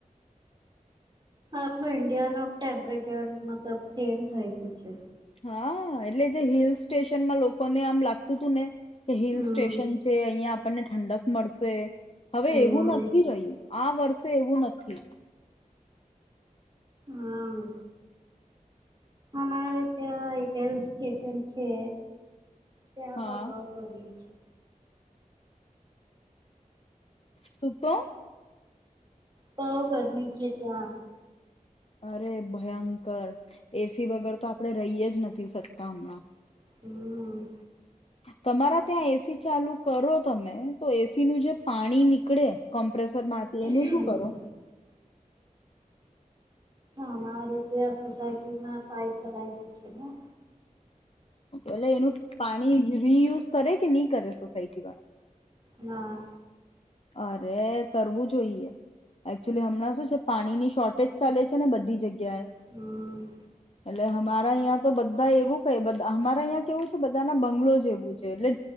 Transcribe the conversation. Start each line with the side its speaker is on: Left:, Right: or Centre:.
Right: આખો ઇન્ડિયા ન ટેમ્પરેચર મતલબ સેમ થઈ ગયું છે
Left: હા એટલે જે હિલ સ્ટેશનમાં લોકો ને આમ લાગતું હતું ને હિલ
Right: હમ
Left: સ્ટેશન છે અહિયાં આપણને ઠંડક મળશે હવે
Right: હમ
Left: એવું નથી રહ્યું આ વર્ષે એવું નથી.
Right: હા અમારે ત્યાં કેશ કેશન છે. ત્યાં
Left: હા,
Right: પણ <unintelligible> છે.
Left: તું તો
Right: તોવ કરમી છે ત્યા.
Left: અરે ભયંકર એસી વગર તો આપડે રહીએ જ ન થી શકતા અમણાં
Right: હમ.
Left: તમારા ત્યાં એસી ચાલુ કરો તમે તો એસી નું જે પાણી નીકડે કમ્પ્રેસરમાંથી એનું
Right: હમ
Left: શું કરો.
Right: હા અમારે ત્યાં સોસાયટીમાં પાઈપ લગાવેલી છે. હ
Left: અલે એનું પાણી રિયુઝ કરે કે ની કરે સોસાયટી વાળા?
Right: ના.
Left: અરે કરવું જોઈએ. એક્ચુલી હમણાં શું છે પાણીની શોર્ટેજ ચાલે છે ને બધી જગ્યાએ
Right: હમ
Left: એટલે હ મારા અયા તો બધા એવું ક હમારા અયા કેવું છે બધા ના બંગલો જેવું છે. એટલે